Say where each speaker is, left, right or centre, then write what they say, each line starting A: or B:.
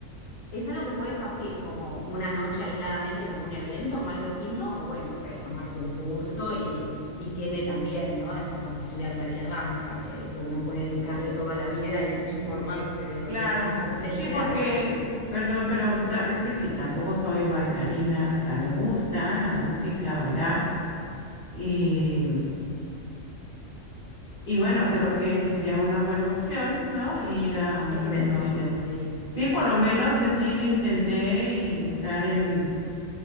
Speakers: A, on the left; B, on the left.
A: ¿Es algo que puedes hacer como una noche aisladamente, como un evento, como algo distinto? O bueno, puedes tomarte un curso y, y tiene también, ¿no? Es como que estudiar cualquier danza, que, que uno puede dedicarle toda la vida y, y formarse, digo,
B: Claro,
A: tiene sus complejidades.
B: sí, porque, perdón, pero ta- es que sí, tampoco soy bailarina, o sea, me gusta la música, bailar, y, y bueno, creo que sería una buena opción, ¿no? Ir a un,
A: Es divertido, sí.
B: sí, por lo menos decir, intenté y estar en,